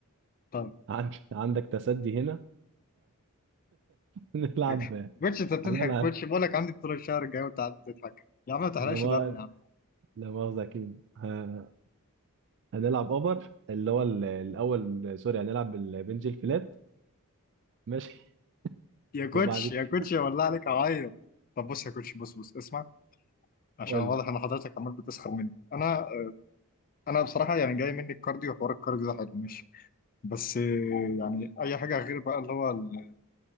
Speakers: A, on the left; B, on the right.
A: طيب
B: عند... عندك تسدي هنا فهنلعب
A: <laughs> كوتش
B: <laughs>
A: انت بتضحك
B: هنلعب
A: يا كوتش بقول لك عندي بطولة الشهر الجاي وانت قاعد بتضحك يا عم ما تحرقش
B: لا ما-
A: دم يا عم
B: لا مؤاخذة أكيد ه- هنلعب أوبر اللي هو ال- الأول سوري هنلعب البنج الفلات ماشي <laughs>
A: يا كوتش
B: وبعد كده
A: يا كوتش يا والله عليك اعيط طب بص يا كوتش بص بص اسمع عشان
B: قول
A: واضح
B: لي
A: ان حضرتك عمال بتسخر مني انا انا بصراحه يعني جاي مني الكارديو وحوار الكارديو ده حلو ماشي بس آه، يعني اي حاجه غير بقى اللي هو ال-